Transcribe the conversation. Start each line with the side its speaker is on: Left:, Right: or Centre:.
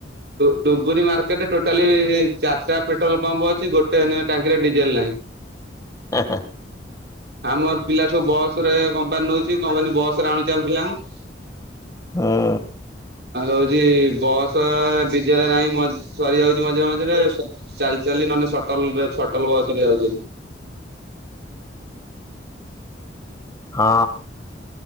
Right: ଡୁ-ଡୁବୁରି ମାର୍କେଟରେ ଟୋଟାଲିାରିଟାେଟ୍ରୋଲ୍ ପମ୍ପ ଅଛି ଗୋଟେ ଟାଙ୍କିରେ ଡିଜେଲ୍ ନାହିଁ।
Left: ଆ ହାଁ।
Right: ଆମର ପିଲା ସବୁ ବସ ରେ କମ୍ପାନୀ ନଉଛି କମ୍ପାନୀ ବସରେ ଆଣୁଛି ଆମ ପିଲାଙ୍କୁ।
Left: ହୁଁ
Right: ଆଉ ହଉଛି ବଅସ ବିଜରେ ନାହିଁ ସରିଯାଉଛି ମଝିରେ ମଝିରେ। ଚାଲି ଚାଲି ନହେଲେ ସଟଲ୍ ରେ ସଟଲ୍ ବସ ରେ ଯାଉଛନ୍ତି।
Left: ହଁ